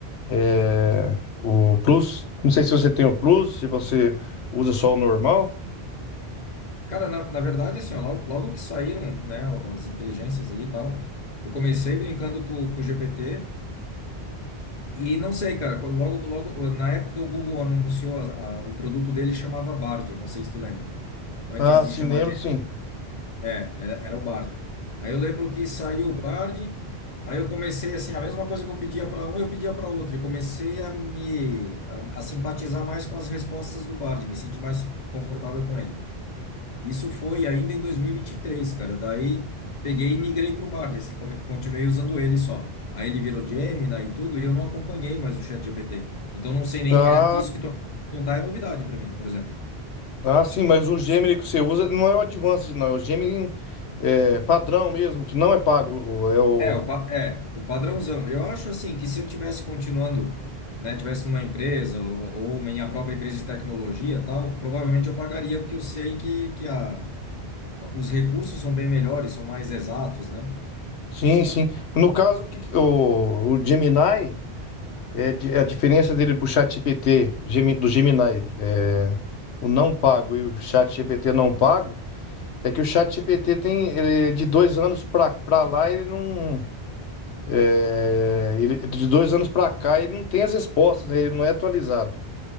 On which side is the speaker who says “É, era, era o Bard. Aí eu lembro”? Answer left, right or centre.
Left